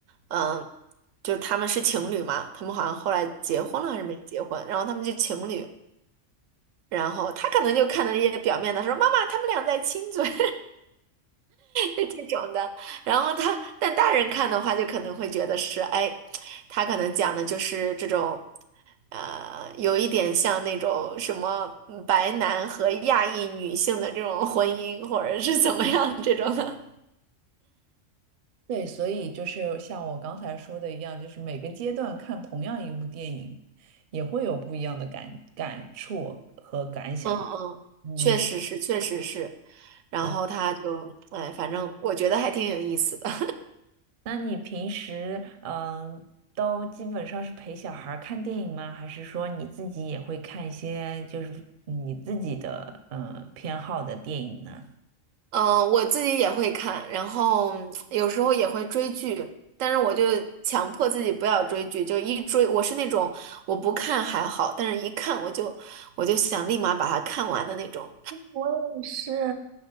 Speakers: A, on the right (about 80°); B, on the right (about 50°).
A: 嗯、就是他们是情侣嘛，他们好像后来结婚了还是没结婚，然后他们就情侣。然后他可能就看到一些表面的说妈妈他们俩在亲嘴，<laughs> 就这种的。然后他但大人看的话，就可能会觉得是哎，他可能讲的就是这种呃，有一点像那种什么嗯白男和亚裔女性的这种婚姻，或者是怎么样这种的。
B: 对，所以就是像我刚才说的一样，就是每个阶段看同样一部电影，也会有不一样的感感触和感想吧。
A: 嗯嗯，
B: 嗯。
A: 确实是，确实是。然后他就哎，
B: 对。
A: 反正我觉得还挺有意思的。
B: 那你平时嗯、呃都基本上是陪小孩儿看电影吗？还是说你自己也会看一些就是你自己的嗯偏好的电影呢？
A: 嗯，我自己也会看，然后有时候也会追剧，但是我就强迫自己不要追剧，就一追，我是那种我不看还好，但是一看我就我就想立马把它看完的那种。
B: 我也是，